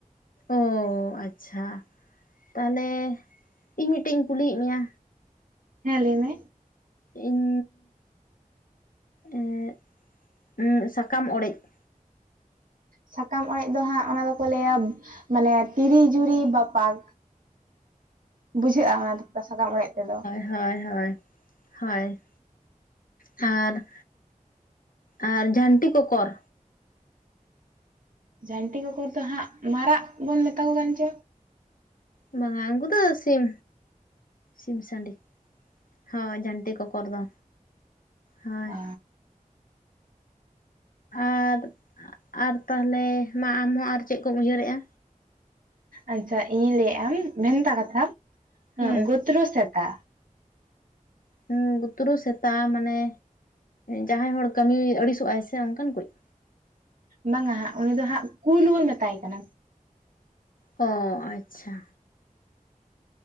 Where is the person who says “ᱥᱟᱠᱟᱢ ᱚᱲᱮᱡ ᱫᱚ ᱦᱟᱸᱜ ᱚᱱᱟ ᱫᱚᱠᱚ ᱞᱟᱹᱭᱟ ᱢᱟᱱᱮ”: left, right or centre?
Right